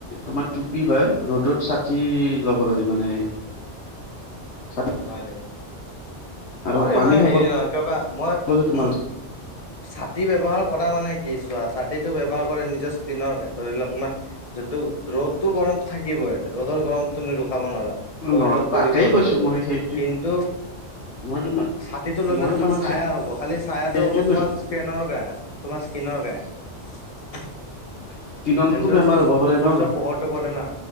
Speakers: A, on the left; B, on the left.
A: তোমাৰ টুপি বা ৰ'দত ছাতি ল'ব লাগে মানে। ছাতি
B: হয় নে?
A: আৰু
B: মোৰ
A: পানী
B: ইমান
A: খাব
B: হেৰি নহয় কিয় কা মই
A: লাগে তোমাৰ
B: ছাতি ব্যৱহাৰ কৰা মানে কি, চোৱা ছাতিটো ব্যৱহাৰ কৰে নিজৰ স্ক্ৰীনৰ কাৰনে, ধৰি লোৱা তোমাৰ ন্তু ৰ'দটো গৰম থাকিবই ৰ'দৰ গৰম তুমি ৰ খাব নোৱাৰা শৰীৰত
A: নহয় তাকেই
B: পৰিবই
A: কৈছো
B: ৰদৰ গৰম,
A: মই সেইটো
B: কিন্তু
A: মই তোমাক
B: ছাতিটো ললে
A: মই
B: তোমাৰ
A: তোমাক
B: ছায়া হ'ব খালি ছায়াটো
A: সেইটোৱে
B: হ'ব
A: কৈছো
B: তোমাৰ স্কেনৰ গা তোমাৰ স্কিনৰ গায়ে।
A: স্কিনতোতো
B: যোনটোত
A: বেমাৰ হ'ব পাৰে
B: সূৰ্য
A: ন
B: পোহৰটো পৰে না।